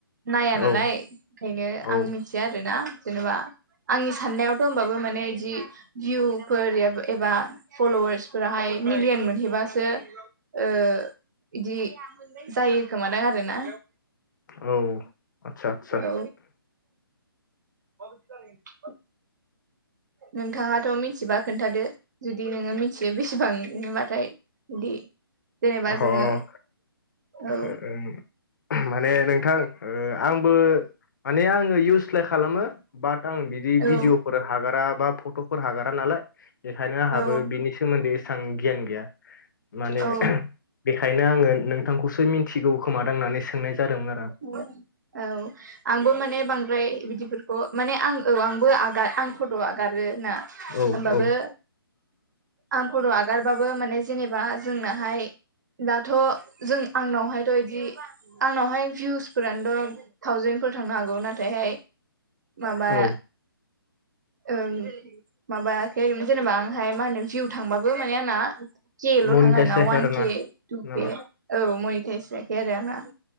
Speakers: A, on the right; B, on the left.
A: नाया
B: औ
A: नालाय ओंखायनो
B: औ
A: आं मिथिया आरोना जेनेबा आंनि साननायावथ' होमबाबो माने बिदि भिउफोर एबा फल'वार्सफोराहाय मिलियन मोनहैबासो ओ बिदि जायो खोमादां आरोना
B: औ आतसा आतसा
A: औ <inaudible> नोंथाङाथ' मिथिबा खोन्थादो जुदि नोङो मिनथि यो बे बेसेबांबाथाय बिदि जेनेबा जोङो
B: ओ
A: औ
B: अ माने नोंथां ओ आंबो माने आङो इउस्लाय खालामो बाट आं बि जि
A: औ
B: भिदिअफोर हागारा बा फट'फोर हागारा नालाय बेखायनो आंहाबो
A: औ
B: बिनि सोमोन्दै एसां गियान गैया माने
A: औ
B: बेखायनो आङो नोंथांखौसो मिथिगौ खोमा दांनानै सोंनाय जादोंमोन आरो आं।
A: <unintelligible> औ आंबो माने बांद्राय बिदिफोरखौ माने आं औ आंबो आगा आं फट' आगारो ना होनोमबाबो
B: औ औ
A: आं फट' आगारबाबो माने जेनेबा जोंनाहाय दाथ' जों आंनावहायथ' बिदि आंनावहाय भिउसफोरानोथ' थावजेनफोर थांनो हागौ नाथायहाय माबा
B: औ
A: ओ माबायाखै जेनेबा आंहाय मा होनो भिउ थांबाबो माने आंना केल'
B: मनिटाइस
A: थाङो आर ना
B: जायाखै
A: अवान
B: आरोना
A: के टु
B: नामा
A: के औ मैथायाइसोायाखै आरो आंना।